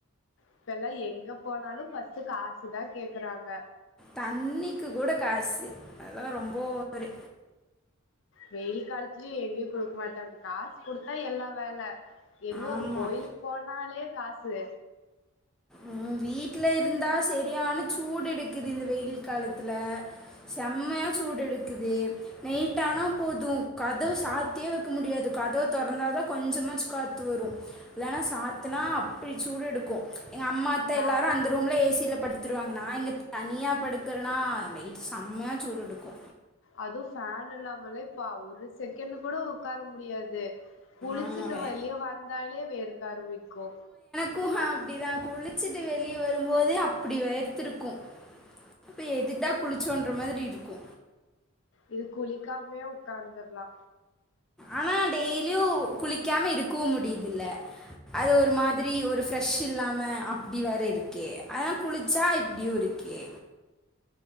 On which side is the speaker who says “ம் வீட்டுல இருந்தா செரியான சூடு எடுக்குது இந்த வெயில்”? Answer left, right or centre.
Centre